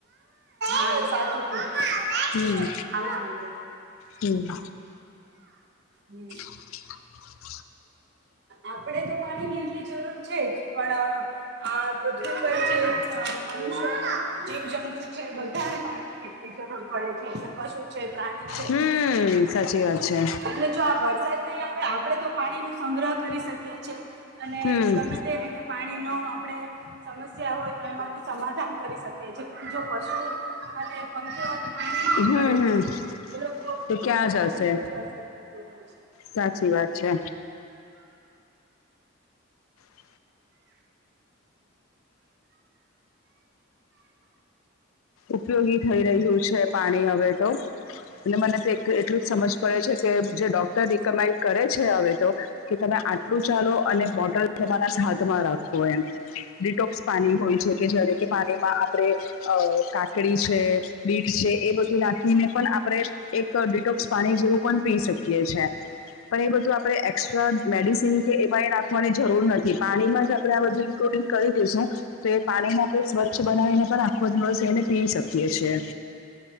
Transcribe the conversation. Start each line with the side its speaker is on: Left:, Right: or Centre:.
Right: હા સાચું કીધુ
Left: હમ
Right: આવ સાંભળે.
Left: હમ
Right: હમ્મ.
Left: <inaudible>
Right: આપડે તો પાણીની જરૂર છે જ પણ આ પૃથ્વી પર છે મનુષ્ય જીવ જંતુ છે એવું બધું પાણીની એટલી જરૂર પડે છે કે કશું છે પ્રાણી છે
Left: હમ્મ, સાચી વાત છે.
Right: એટલે જો આ વરસાદ નહીં આવે આપણેે તો પાણી નો સંગ્રહ કરી શકીએ છીએ અને
Left: હમ
Right: ગમે તે રીતે પાણીનો આપણે સમસ્યા હોય તો એમાંને સમાધાન કરી શકીએ છીએ પણ જો પશુ અને પંચો પાણી
Left: હમ
Right: મળે
Left: હમ
Right: તો એ લોકો
Left: તો ક્યાં જશે
Right: ઘણી બધી હસ <inaudible>
Left: સાચી વાત છે. <inaudible> <inaudible> ઉપયોગી થઈ રહ્યું છે પાણી હવે તો. અને મને તો એક એટલું જ સમજ પડે છે કે જે ડોક્ટર રિકમેન્ડ કરે છે હવે તો. કે તમે આટલું ચાલો અને બોટલ તમારા હાથમાં રાખો એમ. ડિટોક્સ પાણી હોય છે કે જ્યારે કે પાણીમાં આપણે અ કાકડી છે, બીટ છે એ બધું નાખીને પણ આપણે એક ડિટોક્સ પાણી જેવું પણ પી શકીએ. <unintelligible> છે. પણ એ બધું આપણે એક્સ્ટ્રા મેડિસિન કે એમાંય નાખવાની જરૂર નથી પાણીમાં જ આપણે આ બધું ઇન્લુડિંગ કરી દેશું તો પાણીમાં આપણે સ્વચ્છ બનાવીને પણ આખો દિવસ એણે પી શકીએ છીએ.